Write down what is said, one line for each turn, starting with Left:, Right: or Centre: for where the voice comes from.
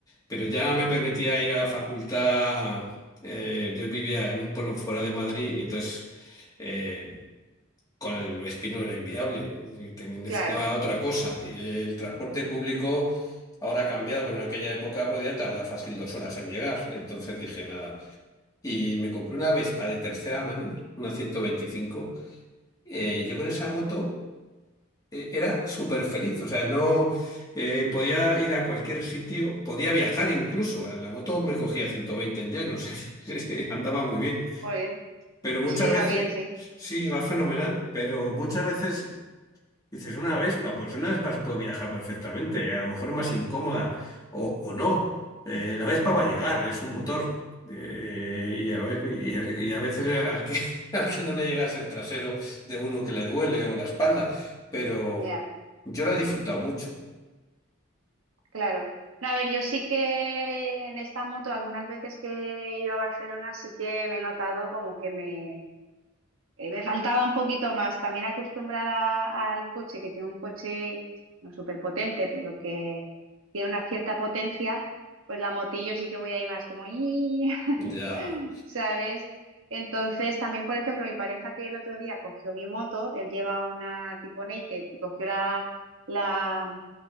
Left: Pero ya me permitía ir a la facultad. eh, yo vivía en un pueblo fuera de Madrid y entonces eh, con el Vespino era inviable. y te- Necesitaba
Right: claro.
Left: otra cosa. Y el transporte público ahora ha cambiado, pero en aquella época podía tardar fácil dos horas en llegar. Entonces dije nada. Y me compré una Vespa de tercera mano, una 125. Eh, yo con esa moto eh, era súper feliz, o sea, no eh, podía ir a cualquier sitio, podía viajar incluso, la moto me cogía 120 en llano, <laughs> o sea, que <laughs> andaba muy bien,
Right: Oye,
Left: pero muchas
Right: pues sí que
Left: veces,
Right: iba bien, sí.
Left: sí, va fenomenal, pero muchas veces Dices, una Vespa, pues una Vespa se puede viajar perfectamente, a lo mejor es más incómoda o, o no. Eh, la Vespa va a llegar, es un motor. Eh, y, a, ve- y a- y a veces al que, <laughs> al que no le llegas el trasero de uno que le duele o la espalda, pero
Right: Ya,
Left: yo la he disfrutado mucho.
Right: claro. No, a ver, yo sí que en esta moto, algunas veces que he ido a Barcelona, sí que me he notado como que me, Eh, me faltaba un poquito más, también acostumbrada al coche, que tengo un coche no súper potente, pero que tiene una cierta potencia, pues la motillo sí que voy ahí más como, "Ii", <laughs>
Left: Ya,
Right: ¿sabes? Entonces, también, por ejemplo, mi pareja que el otro día cogió mi moto, él lleva una tipo naked y cogió la, la,